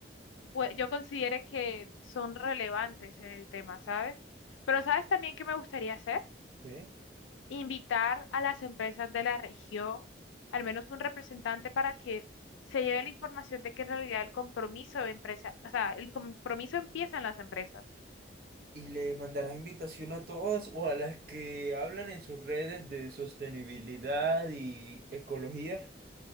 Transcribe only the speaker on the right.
¿Qué?
Y le mandarás invitación a todas o a las que hablan en sus redes de sostenibilidad y ecología.